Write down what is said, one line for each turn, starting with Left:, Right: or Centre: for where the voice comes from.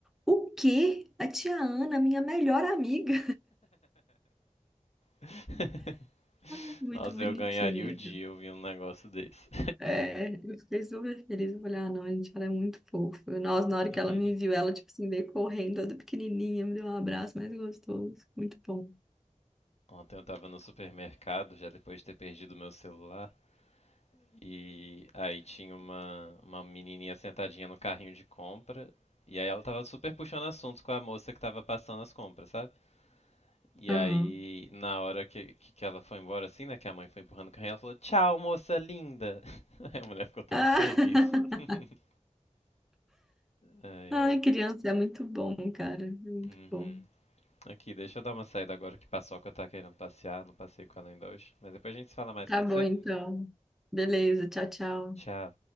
Centre: o quê? A tia Ana, minha melhor amiga.
Left: <laughs>
Centre: <laughs> Muito
Left: Nossa,
Centre: bonitinha.
Left: eu ganharia o dia ouvindo um negócio desse.
Centre: É, eu fiquei super feliz. Eu falei, ah, não, gente, ela é muito fofa. Nossa, na hora que
Left: <laughs>
Centre: ela me viu, ela, tipo assim, veio correndo, toda pequenininha, me deu um abraço mais gostoso. Muito bom.
Left: Ontem eu tava no supermercado, já depois de ter perdido meu celular, e aí tinha uma, uma menininha sentadinha no carrinho de compra, e aí ela tava super puxando assuntos com a moça que tava passando as compras, sabe? E
Centre: Aham.
Left: aí, na hora que, que, que ela foi embora, assim, né? Que a mãe foi empurrando o carrinho, ela falou: Tchau, moça linda! <laughs> Aí a mulher ficou toda
Centre: Ah,
Left: feliz. <laughs>
Centre: <laughs>
Left: Ai,
Centre: Ai,
Left: ai.
Centre: criança, é muito bom, cara. É Muito
Left: Uhum.
Centre: bom.
Left: Aqui, deixa eu dar uma saída agora que Paçoca tá querendo passear. Não passei com ela ainda hoje. Mas depois a gente se fala mais,
Centre: Tá
Left: pode
Centre: bom,
Left: ser?
Centre: então. Beleza, tchau, tchau.
Left: Tchau.